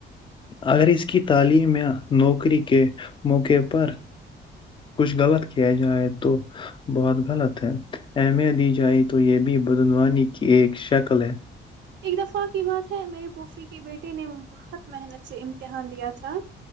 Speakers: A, on the left; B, on the right.
A: اگر اس کی تعلیم یا نوکری کے موقع پر کچھ غلط کیا جائے تو بہت غلط ہے اہمیت دی جائے تو یہ بھی بدعنوانی کی ایک شکل ہے
B: ایک دفعہ کی بات ہے میرے پوفی کے بیٹے نے بہت محنت سے امتحان دیا تھا